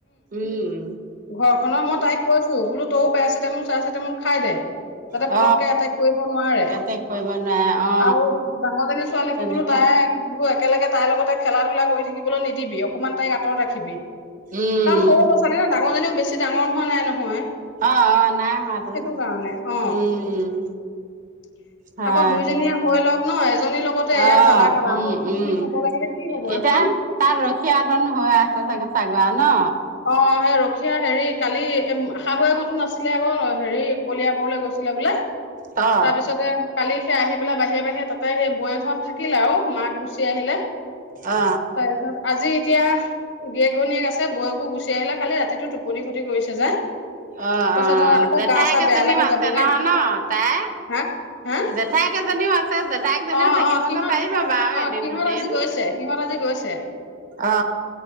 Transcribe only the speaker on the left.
ঘৰখনৰ মই তাইক কৈছো বোলো তইও পেৰাচিটামল-চেৰাচিটামল খাই দে। যাতে
পতকে এটেক কৰিব নোৱাৰে,
আৰু ডাঙৰজনী ছোৱালীকো
বোলো তাত- বুলো একেলগে তাইৰ লগতে খেলা-ধূলা কৰি থাকিবলৈ নিদিবি। অকনমান তাইক আঁতৰত ৰাখিবি।
কাৰণ সৰু ল'ৰা ছোৱালী ন, ডাঙৰজনীও বেছি ডাঙৰ হোৱা নাই নহয়।
সেইটো কাৰণে অ
<unintelligible>
আকৌ দুইজনীয়ে
হৈ লওক ন, এজনীৰ লগতে এয়া
জ্বালা-কালা।
আকৌ সজনীও
হ'ব লাগিলে কি হব
এখন।
অ' সেই ৰখিয়া হেৰি কালি এ শাহুয়েক হতো নাছিলে আকৌ হেৰি কলিয়াবৰলৈ গৈছো। ছিলে বোলে,
তাৰ পিছতে কালি সেই আহি পেলাই বাহিৰে বাহিৰে তাতে সেই বৈয়েকহত থাকিলে আৰু। মাক গুচি আহিলে তাৰপিছত
আজি এতিয়া গিৰিয়েক ঘৈণীয়েক আছে বৈ গুচি আহিলে কালি ৰাতিটো টোপনি ক্ষতি কৰিছে যে।
তাৰপিছত
আকৌ
গা চা
বেয়া লাগি
যাবগে
হা হা
অ
অ সিহঁত
অ
সিহঁত
আজি গৈছে সিহঁত আজি গৈছে